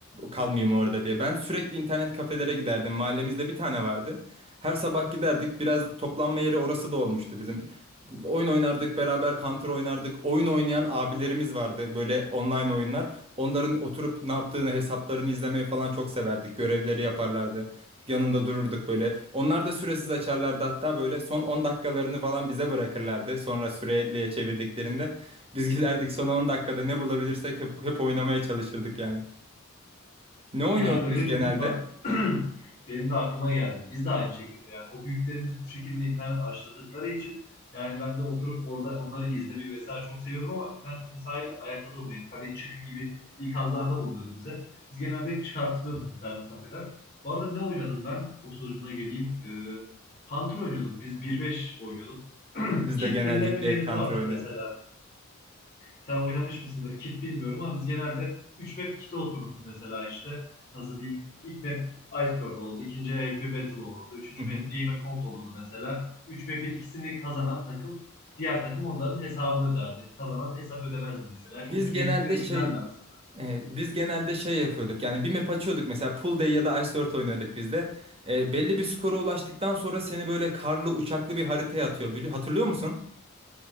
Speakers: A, on the right (about 25°); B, on the left (about 40°).
A: kalmayayım orada diye. Ben sürekli internet kafelere giderdim. Mahallemizde bir tane vardı. Her sabah giderdik. Biraz toplanma yeri orası da olmuştu bizim oyun oynardık beraber Counter oynardık. Oyun oynayan abilerimiz vardı böyle online oyunlar. Onların oturup ne yaptığını hesaplarını izlemeye falan çok severdik. Görevleri yaparlardı. Yanında dururduk böyle. Onlar da süresiz açarlardı hatta böyle son 10 dakikalarını falan bize bırakırlardı. Sonra süreliye çevirdiklerinde biz <laughs> giderdik son 10 dakikada ne bulabilirsek hep, hep oynamaya çalışırdık yani. Ne oynuyordunuz
B: Ya öyle
A: genelde?
B: dedim bak <clears throat> benim de aklıma geldi. Biz de aynı şekilde yani o büyüklerimiz bu şekilde internet açtırdıkları için yani ben de oturup orada onları izlemeyi vesaire çok seviyordum ama internet kafe sahibi de ayakta durmayın hadi çıkın gibi ikazlarda bulunuyordu bize. Biz genelde hep çıkartılıyorduk internet kafeden. Bu arada ne oynadım ben? O soruna geleyim. Ee, Counter oynuyorduk. Biz bir beş oynuyorduk. <clears throat>
A: Biz
B: Kit
A: de genellikle
B: denilen bir mevzu
A: hep Counter
B: vardır
A: oynadık.
B: mesela. Sen oynamış mısındır? Kit bilmiyorum ama biz genelde 3 map kit'e oturduk mesela işte. Nasıl diyeyim? İlk map Iceberg olurdu. ikinci AWP Battle olurdu. Üçüncü
A: Hı hı.
B: map Aim a Cold olurdu mesela. üç map'in ikisini kazanan takım diğer takım onların hesabını öderdi. Kazanan da hesap ödemezdi mesela. Çok
A: Biz
B: keyifli
A: genelde
B: ve güzeldi
A: şey
B: aslında.
A: Ee, biz genelde şey yapıyorduk yani bir map açıyorduk mesela Pool Day ya da Ice Earth oynuyorduk biz de. Ee, belli bir skora ulaştıktan sonra seni böyle karlı uçaklı bir haritaya atıyor. Bili- Hatırlıyor musun?